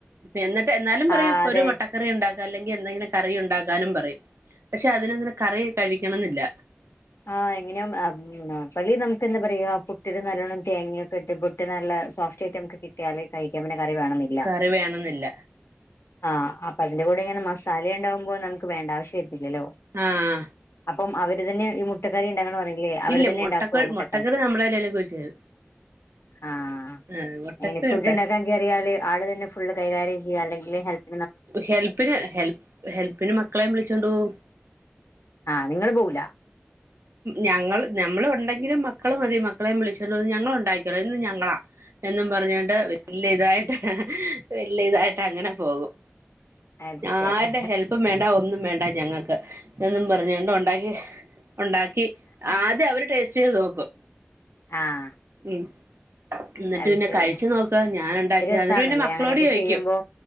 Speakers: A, on the right; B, on the left.
A: പ്പ എന്നിട്ട് എന്നാലും പറയും
B: ആഹ് അതെ
A: ഒരു മുട്ട കറി ഉണ്ടാക്ക്‌ അല്ലെങ്കിൽ എന്തെങ്കിലും കറി ഉണ്ടാക്കാനും പറയും പക്ഷെ അതിനങ്ങനെ കറി കഴിക്കണംന്നില്ല
B: ആഹ് എങ്ങനെ പള്ളി നമുക്ക് എന്താ പറയാ പുട്ടിന് നല്ലോണ്ണം തേങ്ങൊക്കെ ഇട്ട് പുട്ട് നല്ല സോഫ്റ്റ് റ്റ ആയിട്ട് നമക്ക് കിട്ടിയാല് കഴിക്കൻ പിന്ന കറി വേണംന്നില്ല
A: കറി വേണംന്നില്ല
B: ആഹ് അപ്പൊ അതിന്റെ കൂടെ ഇങ്ങനെ മസാല ഉണ്ടകുമ്പോ നമുക്ക് വേണ്ട ആവശ്യം വരത്തില്ലല്ലോ
A: ആഹ
B: അപ്പം അവര് തന്നെ ഈ മുട്ടക്കറി ഉണ്ടാകണംന്ന് പറയില്ലേ അവര്
A: ഇല്ല
B: തന്നെ
A: മുട്ടക്ക
B: ഉണ്ടാക്കുവോ മുട്ടക്കറി
A: നമ്മളെല്ലാലൊക്കെ വെച്ച് തരും
B: ആഹ
A: ആഹ് മുട്ടക്കറി
B: എങ്ങനെ ഫുഡ്
A: ഉണ്ട്
B: ഉണ്ടാക്കാ അറിയാല് ആള് തന്നെ ഫുള് കൈകാര്യം ചെയ്യാ അല്ലെങ്കിൽ ഹെല്പ്
A: ഹെൽപ്പിന് ഹെൽ ഹെൽപ്പിന് മക്കളേം വിളിച്ചോണ്ടോവും
B: ആഹ നിങ്ങൾ പോവൂല
A: ഞങ്ങൾ ഞമ്മൾ ഉണ്ടെങ്കിലും മക്കള് മതി മക്കളേം വിളിച്ചോണ്ട് വന്ന് ഞങ്ങൾ ഉണ്ടാക്കിയോളാം ഇന്ന് ഞങ്ങളാ എന്നും പറഞ്ഞോണ്ട് വല്ല്യ ഇതായിട്ട് വല്ല്യ ഇതായിട്ട് അങ്ങനെ പോകും
B: അത്
A: ആരുടെ
B: ശരി
A: ഹെല്പ്പും വേണ്ട ഒന്നും വേണ്ട ഞങ്ങൾക്ക് എന്നും പറഞ്ഞോണ്ട് ഉണ്ടാക്കി ഉണ്ടാക്കി ആദ്യം അവര് ടേസ്റ്റ് ചെയ്ത് നോക്കും
B: ആഹ്
A: ഉം ഇന്നിട്ട്
B: അത്
A: പിന്നെ
B: ശരി
A: കഴിച്ചു നോക്ക് ഞാൻ ഉണ്ടാക്കിയതാ
B: രസാണല്ലേ
A: ഇന്നിട്ട് പിന്നെ മക്കളോട്
B: അങ്ങനെയൊക്കെ
A: ചോദിക്കും
B: ചെയ്യുമ്പോ